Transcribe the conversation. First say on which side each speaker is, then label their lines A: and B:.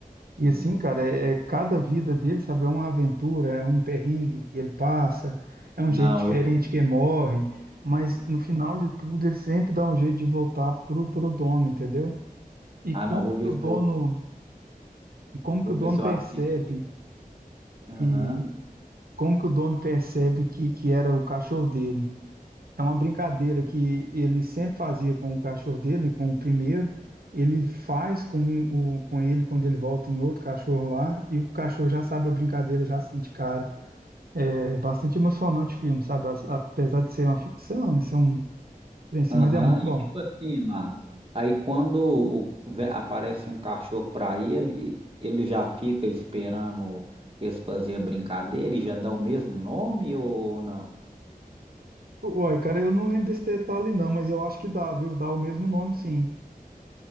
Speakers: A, on the right; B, on the right.
A: E
B: Não,
A: assim, cara, é, é cada vida dele, sabe, é uma aventura, é um perrengue que ele passa, é um
B: Não,
A: jeito diferente
B: eu.
A: que ele morre, mas no final de tudo ele sempre dá um jeito de voltar pro, pro dono, entendeu? E
B: Ah,
A: como
B: não, vou
A: que
B: ver
A: o
B: se
A: dono,
B: eu,
A: como
B: vou
A: que o dono
B: ver se
A: percebe
B: eu assisto. ele. Aham,
A: e como que o dono percebe que, que era o cachorro dele? É uma brincadeira que ele sempre fazia com o cachorro dele, com o primeiro. Ele faz com, o, com ele quando ele volta em outro cachorro lá, e o cachorro já sabe a brincadeira, já sente cara. É bastante emocionante o filme, sabe? As- Apesar de ser uma ficção, né? Ser um trem assim,
B: aham.
A: mas é muito
B: E
A: bom.
B: tipo assim, Márcio, aí quando o- ve- aparece um cachorro pra ele, ele já fica esperando eles fazer a brincadeira e já dá o mesmo nome ou não?
A: Uai, cara, eu não lembro desse detalhe não, mas eu acho que dá, viu? Dá o mesmo nome, sim.